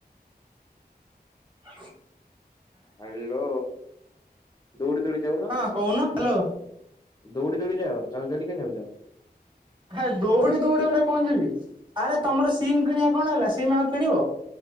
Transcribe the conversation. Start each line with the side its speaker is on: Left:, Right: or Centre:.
Right: ହ
Left: ହାଲୋ ଦୌଡି ଦୌଡି ଯାଉନ
Right: ହଁ କହୁନ, ହାଲୋ।
Left: ଦୌଡି ଦୌଡି ଯାଅ। ଚାଲ ଚାଲି କାଇଁ ଯାଉଚ।
Right: ହା ଦୌଡି ଦୌଡି ଗୋଟେ କଣ ଯିବି। ଆରେ ତୋମର ସିମ୍ କିଣିବା କଣ ହେଲା? ସିମ୍ ଆଉ କିଣିବ